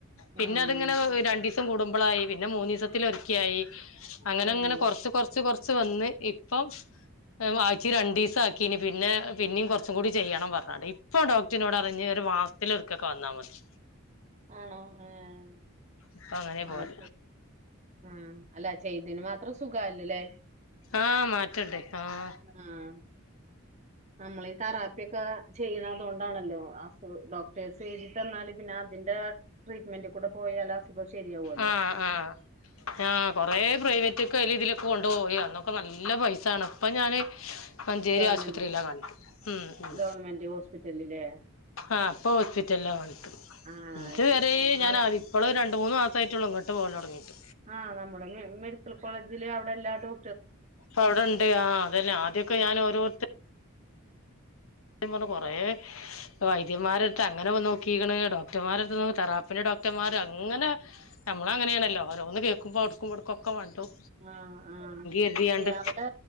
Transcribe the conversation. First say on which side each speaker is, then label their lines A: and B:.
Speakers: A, on the left; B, on the right.
A: പിന്നെ
B: ആഹ്
A: അത്ങ്ങനെ
B: ശരി
A: രണ്ടിസം കൂടുമ്പളായി പിന്നെ മൂന്നീസത്തിലൊരിക്ക്യായി അങ്ങനങ്ങനെ
B: ഏഹ്
A: കൊർച്ച് കൊർച്ച് കൊർച്ച് വന്ന് ഇ ഇപ്പം വാഴ്ച്ചെ രണ്ടീസാക്കീനി പിന്നെ പിന്നിം കൊറച്ചും കൂടി ചെയ്യണം പറ്ഞ്ഞ് പറി ഇപ്പൊ ഡോക്ടിനോട് അറിഞ്ഞ് ഒരു വാസ്ത്തിലൊൽക്കൊക്കെ വന്നാ മതി
B: ആണോ ഏഹ്
A: ഇപ്പൊ അങ്ങനെ
B: ആഹ്
A: പോവല്
B: ശെരി ആഹ് അല്ല ചെയ്തേന് മാത്രം സുഖായല്ലൊ ലെ
A: ആഹ് മാറ്റണ്ട് ആഹ്
B: ആഹ് നമ്മളീ തെറാപ്പിയൊക്കെ ചെയ്യ്ണ അതോണ്ടാണല്ലോ ഡോക്ടേഴ്സ് എഴുതി തന്നാല് പിന്നെ അത് ന്റെ ട്രീറ്റ്മെന്റ് കൂടെ പോയാൽ അസുഖം ശരിയാവുമല്ലോ
A: ആഹ് ആഹ് ആഹ് കൊറേ പ്രൈവറ്റ്ക്കയ്ലെ ഇതെ ലൊക്കെ കൊണ്ടു പോയി അന്നൊക്കെ നല്ല പൈസാണ് ഇപ്പഞാന് മഞ്ചേരി
B: ഗവൺമെന്റില്
A: ആശുപത്രിയിലാ കാണിക്കും ഉം ഉം
B: ഗവൺമെന്റ് ഹോസ്പിറ്റലില്ലേ
A: ആഹ് ഇപ്പൊ ഹോസ്പിറ്റെല്ലാം കാണിക്കുന്നെ
B: ആഹ്
A: ഇത്
B: ശരി
A: വെരേ
B: ആഹ്
A: ഞാനാൻ
B: അവ
A: ഇപ്പളു രണ്ട് മൂന്ന് മാസായിട്ടൊള്ളു ഇങ്ങട്ട് പോര്ല് തൊടങ്ങിട്ട്
B: ആഹ് നമ്മുടെ മെഡിക്കൽ കോളേജില് അവിടെ എല്ലാതും
A: അപ്പൊ അവിടെണ്ട് ആഹ് അതന്നെ ആദ്യൊക്കെ ഞാൻ ഓരോര്ത്ത ത്യം പറ്ഞ്ഞ കൊറേ വൈദ്യന്മാരെട്ത്ത് അങ്ങനെ വ നോക്കീക്ക്ണ്. ഡോക്ടർമാരെട്ത്ത് തെറാപ്പി ന്റെഡോ ക്ടംമാരാണ് അങ്ങനെ
B: ഉം
A: നമ്മളങ്ങെനേണെല്ലോ ഓരോന്ന് കേൾക്കുമ്പോ ഔട്ക്കുമ്പൊ ഔട്ക്കും ഇവെട്ക്കൊക്കെ മണ്ടും
B: ആഹ് ആഹ്
A: കരുതിയാണ്ട്
B: ല്ലെ അവടെ